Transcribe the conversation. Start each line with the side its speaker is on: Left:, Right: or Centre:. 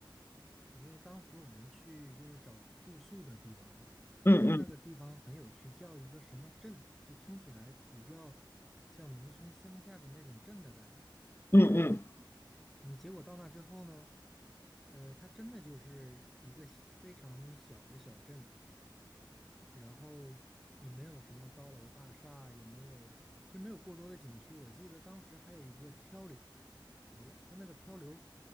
Centre: 对，因为当时我们去就是找住宿的地方嘛，
Left: 嗯嗯
Centre: 它那个地方很有趣，叫一个什么镇，就听起来比较像农村乡下的那种镇的感觉。
Left: 嗯嗯。
Centre: 嗯，结果到那之后呢，呃，它真的就是一个小非常小的小镇，然后也没有什么高楼大厦，也没有，其实没有过多的景区。我记得当时还有一个漂流，但那个漂流